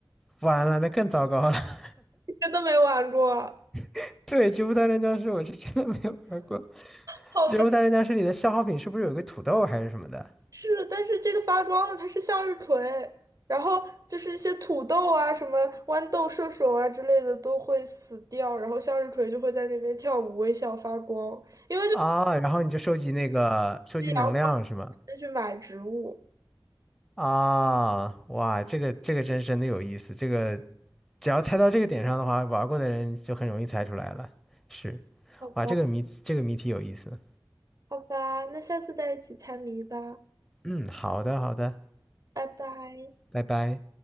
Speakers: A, in the centre; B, on the right.
A: 完了，那更糟糕了。
B: 真的没玩过？
A: <laughs> 对，《植物大战僵尸》我是真的没有玩过，
B: 好吧，
A: 《植物大战僵尸》里的消耗品是不是有个土豆还是什么的？
B: 是，但是这个发光的它是向日葵，然后就是一些土豆啊、什么豌豆射手啊之类的都会死掉，然后向日葵就会在那边跳舞、微笑、发光。估
A: 啊，然后你就收集那个收集能量是吗？
B: 计阳光再去买植物。
A: 啊，哇，这个这个真是真的有意思，这个只要猜到这个点上的话，玩过的人就很容易猜出来了。是，
B: 好吧，
A: 哇，这个谜这个谜题有意思。
B: 好吧，那下次再一起猜谜吧，
A: 嗯，好的好的，
B: 拜拜。
A: 拜拜。